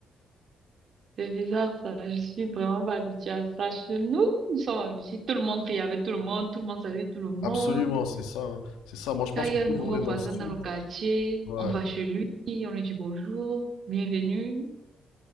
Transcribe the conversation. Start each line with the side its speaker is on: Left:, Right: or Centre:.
Right: C'est bizarre ça. Je suis vraiment pas habituée à ça. Chez nous, nous sommes habitués. Tout le monde riait avec tout le monde. Tout le monde savait tout le monde.
Left: Absolument, c'est ça, hein. C'est ça. Moi, je pense
Right: Quand il
Left: que
Right: y a
Left: plus
Right: un nouveau
Left: on est dans
Right: voisin
Left: le sud,
Right: dans le quartier,
Left: ouais.
Right: on va chez lui, on lui dit bonjour, bienvenue.